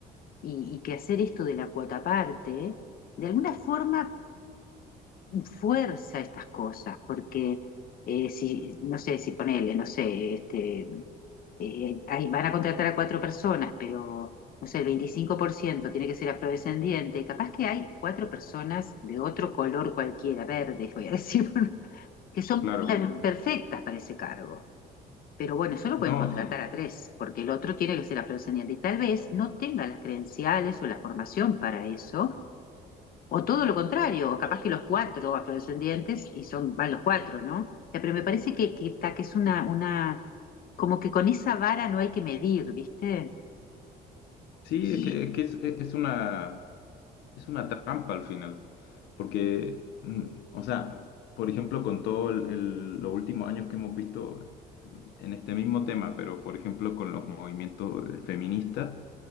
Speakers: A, on the left (about 60°); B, on the left (about 85°).
A: Y, y que hacer esto de la cuota parte, de alguna forma fuerza estas cosas, porque eh, si, no sé, si ponele, no sé, este, eh, ahí van a contratar a cuatro personas, pero no sé, el 25% tiene que ser afrodescendiente, capaz que hay cuatro personas de otro color cualquiera, verde, <laughs> voy a decir, <laughs> que son
B: Claro.
A: per- perfectas para ese cargo. Pero bueno, solo
B: No,
A: pueden contratar a tres, porque el otro tiene que ser afrodescendiente y tal vez no tenga las credenciales o la formación para eso, o todo lo contrario, o capaz que los cuatro afrodescendientes y son, van los cuatro, ¿no? O sea, pero me parece que, que, ta- que es una, una, como que con esa vara no hay que medir, ¿viste?
B: Sí,
A: Sí,
B: es que, es, que es, e, es una, es una trampa al final, porque, mm, o sea, por ejemplo, con todo el, el- los últimos años que hemos visto en este mismo tema, pero por ejemplo con los movimientos feministas,